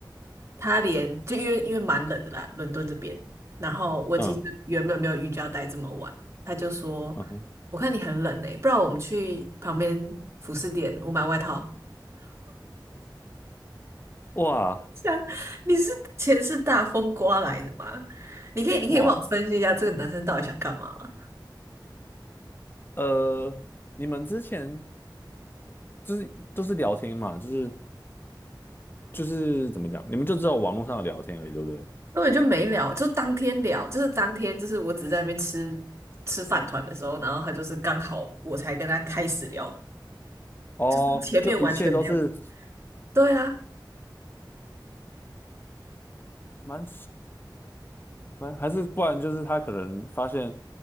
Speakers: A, on the right; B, on the left.
A: 他连就因为因为蛮冷的啦，伦敦这边。然后我其实原本没有预计要待这么晚，
B: 嗯。
A: 他就说：
B: 嗯哼，
A: “我看你很冷诶，不然我们去旁边服饰店，我买外套。<laughs>”
B: 哇
A: 想你是钱是大风刮来的吗？你可以你可以帮我分析一下这个男生到底想干嘛吗？
B: 哇，呃，你们之前就是都是聊天嘛，就是就是怎么讲，你们就只有网络上的聊天而已，对不对？
A: 根本就没聊，就当天聊，就是当天就是我只是在那边吃吃饭团的时候，然后他就是刚好我才跟他开始聊，
B: 哦，
A: 就是前面完全没有。
B: 就一切都是
A: 对啊，
B: 蛮蛮，还是不然就是他可能发现，